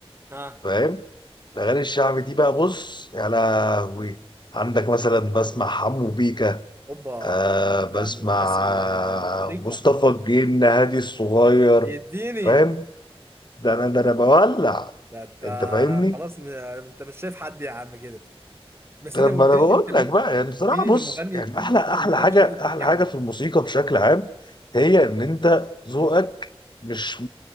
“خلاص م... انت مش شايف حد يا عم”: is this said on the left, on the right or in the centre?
Right